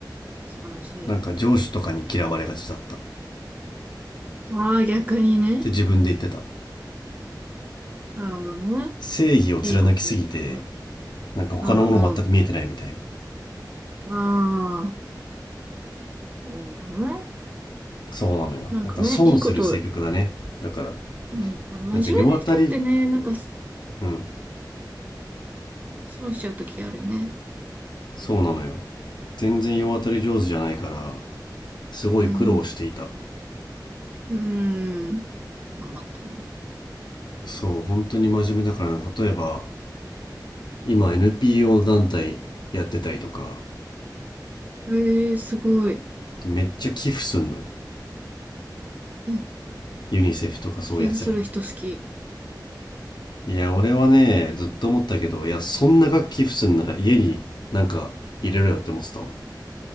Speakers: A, on the right; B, on the left.
A: 素晴らしい。
B: なんか上司とかに嫌われがちだった。っ
A: ああ、逆にね。
B: て自分で言ってた。
A: なるほどね。
B: 正義を貫きすぎて、
A: いいこといくね。
B: なんか他のもの全く見えてないみたいな。
A: うんうん。ああ、なるほどね。
B: そうなのよ。
A: なんかね、
B: なんか損する性格だね。
A: いいこと、
B: だから、
A: うん。なんか真面目な人ってね、
B: なんか世当たり、
A: なんか
B: うん、
A: 損しちゃうときあるよね。
B: そうなのよ。全然世当たり上手じゃないから、すごい苦労していた。
A: うん。うん。ん頑張ったんだ。
B: そう、本当に真面目だからな、例えば、今 NPO 団体やってたりとか、
A: ええー、すごい。
B: めっちゃ寄付すんのよ。
A: うん。
B: ユニセフとかそういうやつらに。
A: 気にする人好き。
B: いや、俺はね、ずっと思ったけど、いや、そんな楽器普通なら家になんか入れろよって思ってたわ。